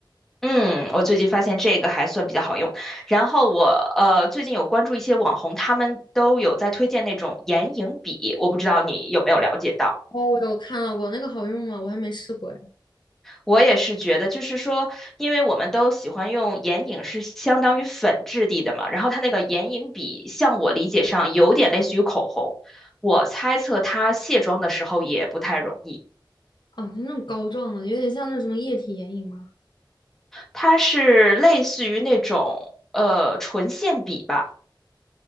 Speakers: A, in the centre; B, on the left (about 65°).
A: 嗯，我最近发现这个还算比较好用。然后我呃最近有关注一些网红，他们都有在推荐那种眼影笔，我不知道你有没有了解到。
B: 哦，我有看到过，那个好用吗？我还没试过哎。
A: 我也是觉得，就是说，因为我们都喜欢用眼影，是相当于粉质地的嘛。然后它那个眼影笔，像我理解上有点类似于口红，我猜测它卸妆的时候也不太容易。
B: 哦，就那种膏状的，有点像那种什么液体眼影吗？
A: 它是类似于那种呃唇线笔吧，